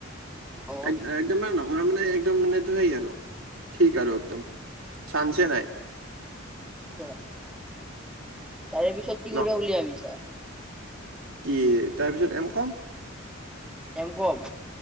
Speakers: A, in the centre; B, on the right (about 80°).
A: অ',
B: একদ- একদম মানে ন অলপ মানে একদম মানে ইটো সেই আৰু, ঠিক আৰু একদম। চানচে নাই্
A: আচ্ছা। তাৰে পিছত কি
B: ন
A: কৰিবা বুলি ভাবিছা?
B: কি তাৰপিছত এম কম।
A: এ কম